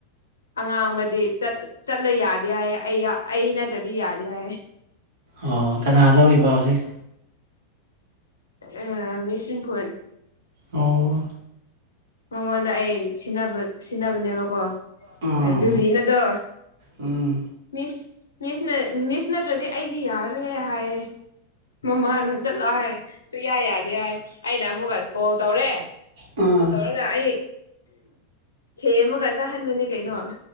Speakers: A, on the left (about 75°); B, on the right (about 55°).
A: ꯑꯉꯥꯡ ꯑꯃꯗꯤ ꯆꯠꯂ ꯌꯥꯗꯦ ꯍꯥꯏ ꯑꯩ ꯑꯩ ꯅꯠꯇ꯭ꯔꯗꯤ ꯌꯥꯗꯦ ꯍꯥꯏ
B: ꯑꯣ ꯀꯅꯥ ꯂꯧꯔꯤꯕ ꯍꯧꯖꯤꯛ
A: ꯑꯥ ꯃꯤꯁꯤꯐꯨꯜ
B: ꯑꯣ
A: ꯃꯉꯣꯟꯗ ꯑꯩ ꯁꯤ ꯁꯤꯟꯅꯕꯅꯦꯕꯀꯣ ꯑꯦ
B: ꯎꯝ
A: ꯁꯤꯅꯗꯣ
B: ꯎꯝ
A: ꯃꯤꯁ ꯃꯤꯁ ꯃꯤꯁ ꯅꯠꯇ꯭ꯔꯗꯤ ꯑꯩꯗꯤ ꯌꯥꯔꯣꯏ ꯍꯥꯏꯌꯦ ꯃꯃꯥꯅ ꯆꯠꯂꯣ ꯍꯥꯏꯔ ꯁꯨꯛꯌꯥ ꯌꯥꯗꯦ ꯍꯥꯏ ꯑꯩꯅ ꯑꯃꯨꯛꯀ ꯀꯣꯜ ꯇꯧꯔꯦ
B: ꯎꯝ
A: ꯀꯣꯜ ꯇꯧꯔꯒ ꯑꯩ ꯊꯦꯝꯃꯒ ꯆꯠꯍꯟꯕꯅꯤ ꯀꯩꯅꯣ